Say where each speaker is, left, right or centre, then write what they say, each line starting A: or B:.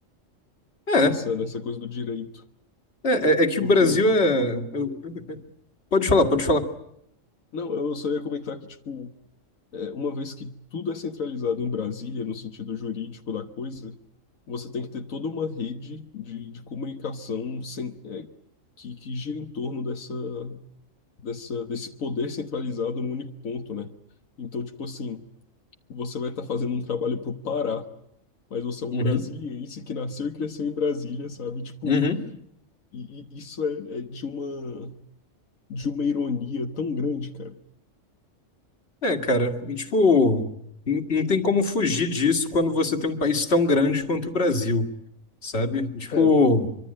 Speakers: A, on the left; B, on the left.
A: É,
B: Nessa, nessa coisa do direito.
A: é, é é que
B: Porque,
A: o Brasil é. é, Pode falar, pode falar.
B: não, eu só ia comentar que, tipo, é, uma vez que tudo é centralizado em Brasília, no sentido jurídico da coisa, você tem que ter toda uma rede de, de comunicação sem, é, que, que gira em torno dessa, dessa, desse poder centralizado num único ponto, né? Então, tipo assim, você vai estar fazendo um trabalho pro Pará, mas você é um
A: Uhum,
B: brasiliense que nasceu e cresceu em Brasília, sabe? Tipo,
A: uhum.
B: e, e isso é, é de uma de uma ironia tão grande, cara.
A: É, cara, e, tipo, n- não tem como fugir disso quando você tem um país tão grande quanto o Brasil, sabe? Tipo.
B: É,